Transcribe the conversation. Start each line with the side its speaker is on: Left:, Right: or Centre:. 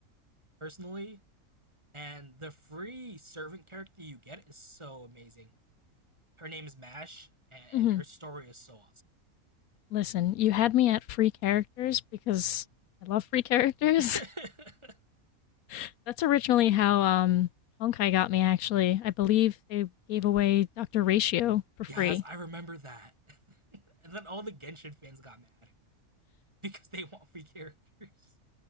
Right: personally. And the free servant character you get is so amazing. Her name is Mash and, and
Left: Mm-hmm.
Right: her story is so
Left: Listen, you had me at free characters because I love free characters.
Right: awesome. <laughs>
Left: <laughs> That's originally how um, Honkai got me, actually. I believe they gave away Dr. Ratio for
Right: Yes,
Left: free.
Right: I remember that. <laughs> and then all the Genshin fans got mad because they want free characters.